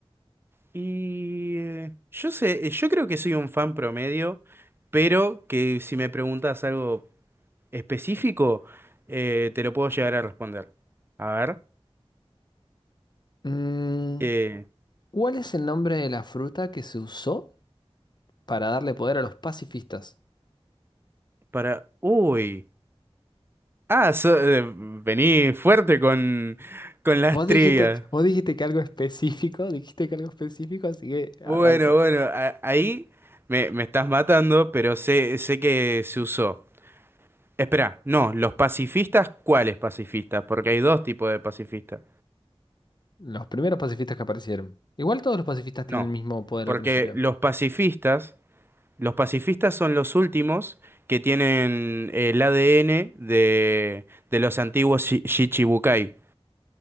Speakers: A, on the right; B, on the left.
A: Y eh, yo sé, eh, yo creo que soy un fan promedio, pero que si me preguntas algo específico, eh, te lo puedo llegar a responder. A ver,
B: Mm.
A: eh,
B: ¿Cuál es el nombre de la fruta que se usó para darle poder a los pacifistas?
A: para... Uy. Ah, so- eh, vení fuerte con, con las
B: Vos
A: trivias.
B: dijiste, vos dijiste que algo específico, <laughs> dijiste que algo específico, así que arranco.
A: Bueno, bueno, a- ahí me, me estás matando, pero sé, sé que se usó. Espera, no, los pacifistas, ¿cuáles pacifistas? Porque hay dos tipos de pacifistas.
B: Los primeros pacifistas que aparecieron. Igual todos los pacifistas
A: No,
B: tienen el mismo poder
A: porque
B: al principio.
A: los pacifistas, los pacifistas son los últimos que tienen el ADN de, de los antiguos Shi- Shichibukai.